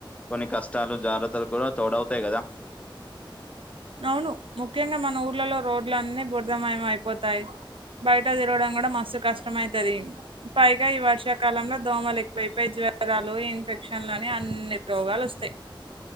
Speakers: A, on the left; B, on the right.
A: కొన్ని కష్టాలు జాగ్రత్తలు కూడా తోడవుతాయి కదా
B: అవును ముఖ్యంగా మన ఊర్లలో రోడ్లన్నీ బుర్ధమయ అయిపోతాయి బయట తిరగడం కూడా మస్తు కష్టమైతది పైగా ఈ వర్షాకాలంలో దోమలు ఎక్కువైపోయి జ్వరాలు ఇన్ఫెక్షన్లు అని అన్ని రోగాలు వస్తాయి